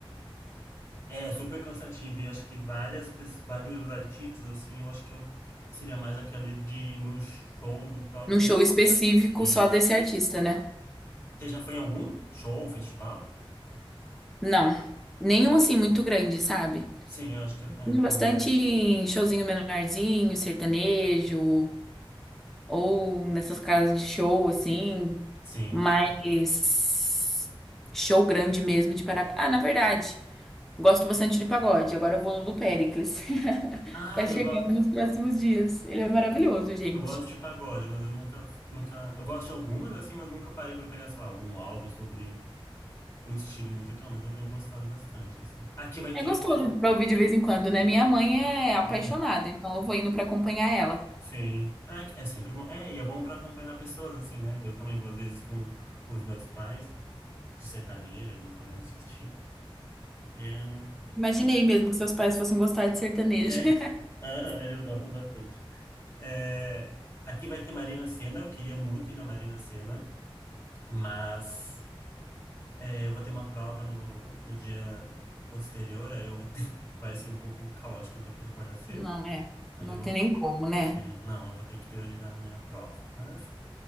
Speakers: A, on the left; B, in the centre.
A: É super cansativo. E acho que várias, pes- vários artistas, assim, eu acho que eu seria mais aquele de ir no show do próprio
B: Num show específico
A: artista.
B: só desse artista, né?
A: Você já foi em algum show, festival?
B: Não. Nenhum assim muito grande, sabe?
A: Sim, eu acho que eu, é,
B: Bastante
A: eu também não.
B: showzinho menorzinho, sertanejo, ou nessas casas de show, assim,
A: Sim.
B: mas show grande mesmo de para. Ah, na verdade, gosto bastante de pagode. Agora eu vou no do Péricles. <laughs>
A: Ah,
B: Tá chegando
A: eu gosto,
B: nos próximos dias. Ele é maravilhoso, gente.
A: eu gosto de pagode, mas eu nunca, nunca. Eu gosto de algumas, assim, mas nunca parei para pegar, sei lá, algum álbum sobre o estilo musical, mas eu tenho gostado bastante, assim. Aqui vai
B: É
A: ter.
B: gostoso pra ouvir de vez em quando, né? Minha mãe é apaixonada,
A: é,
B: então eu vou indo pra acompanhar ela.
A: Sim. Ah, é sempre bom. É, e é bom para acompanhar pessoas assim, né? Eu também vou às vezes com os meus pais de sertanejo, alguma coisa nesse estilo. E é, um,
B: Imaginei mesmo que seus pais fossem gostar de sertanejo.
A: é, <laughs>
B: <laughs>
A: aham, eles gostam bastante. É, aqui vai ter Marina Sena, eu queria muito ir na Marina Sena, mas é, eu vou ter uma prova no, no dia posterior, aí eu vou ter, <laughs> vai ser um pouco caótico, eu vou ter que acordar cedo.
B: Não, é.
A: Aí
B: Não
A: eu vou,
B: tem nem como, né?
A: é, não, eu vou ter que priorizar a minha prova, mas